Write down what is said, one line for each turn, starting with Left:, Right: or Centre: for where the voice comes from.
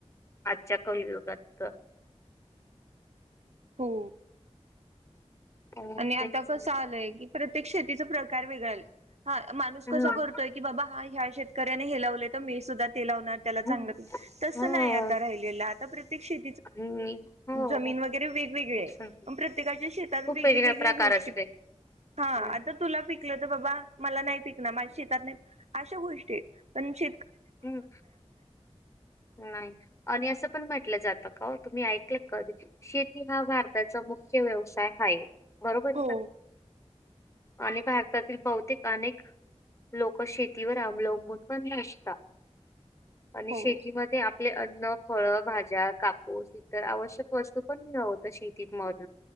Left: आजच्या कलयुगात
Right: हो
Left: हो
Right: आणि आता
Left: तेच
Right: कसं आलंय की प्रत्येक शेतीचा प्रकार वेगळा आलंय हा माणूस
Left: ना.
Right: कसा करतोय की बाबा हा ह्या शेतकऱ्याने हे लावलेतो मी सुद्धा च
Left: हम्म
Right: त
Left: हो
Right: नाही आता राहि आ प्रत्येक शे
Left: आणि हो
Right: जमिन ते वगैरे वेगवेगळ्य
Left: तेच ना.
Right: पन प्रत्येकाचं शेताच <unintelligible>
Left: खूप वेगवेगळा
Right: वेगवेगळ्या
Left: प्रकार
Right: गोष्टी
Left: असते
Right: हा
Left: हम्म
Right: आता तुला पिकल तर बाबाम नाही प <unintelligible> माझ्या शेतात नाही अशा गोष्टी पण श
Left: हम् नाही आणि असं पण म्हटलं जात ता <unintelligible> का तुम्ही ऐकले कधी शेती हा भारताचा मुख्य व्यवसाय हाय बरोबर आहे
Right: हो
Left: <unintelligible> का आणि भारतातील बहुतेक अनेक लोक शेतीवर अवलंबून पण नसता आणि
Right: हो
Left: शेतीमध्ये आप आपले अन्न फळ भाज्या कापूस इतर आवश्यक वस्तू पण घ <unintelligible> होतं शेतीत मदन